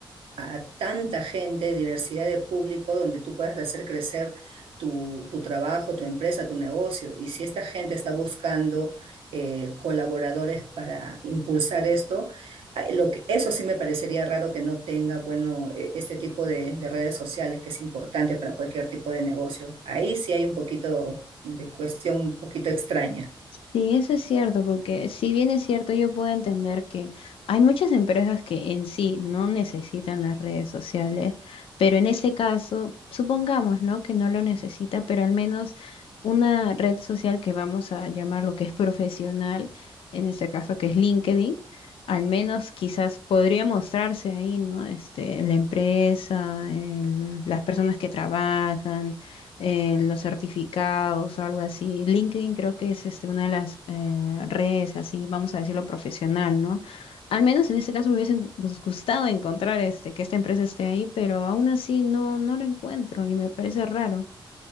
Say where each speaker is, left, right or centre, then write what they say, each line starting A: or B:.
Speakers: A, on the right; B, on the left.
A: a tanta gente, diversidad de público, donde tú puedas hacer crecer tu, tu trabajo, tu empresa, tu negocio. Y si esta gente está buscando eh, colaboradores para impulsar esto, ah, lo que, eso sí me parecería raro que no tenga, bueno, eh, este tipo de, de redes sociales que es importante para cualquier tipo de negocio. Ahí sí hay un poquito de cuestión un poquito extraña.
B: Sí, eso es cierto, porque si bien es cierto, yo puedo entender que hay muchas empresas que en sí no necesitan las redes sociales, pero en este caso, supongamos, ¿no? que no lo necesita, pero al menos una red social que vamos a llamar lo que es profesional, en este caso que es LinkedIn, al menos quizás podría mostrarse ahí, ¿no? Este, la empresa, el- las personas que trabajan eh, los certificados o algo así. LinkedIn creo que es este, una de las eh, redes, así vamos a decirlo, profesional, ¿no? Al menos en este caso me hubiese gus- gustado encontrar este, que esta empresa esté ahí, pero aún así no, no lo encuentro y me parece raro.